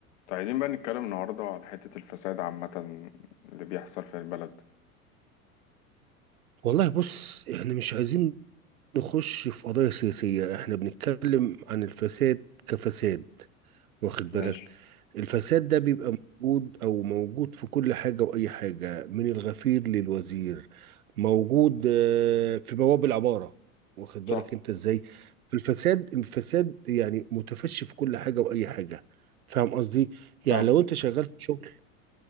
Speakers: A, on the left; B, on the right.
A: طيب عايزين بقى نتكلم النهاردة على حتة الفساد عامة اللي بيحصل في البلد
B: والله بص احنا مش عايزين نخش في قضايا سياسية احنا بنتكلم عن الفساد كفساد واخد بالك
A: ماشي
B: الفساد ده بيبقى موجود او موجود في كل حاجة واي حاجة من الغفير للوزير موجود آه، في بواب العمارة واخد بالك
A: صح
B: انت ازاي الفساد الفساد يعني متفشي في كل حاجة واي حاجة فاهم قصدي
A: فاهم
B: يعني لو انت شغال في شغل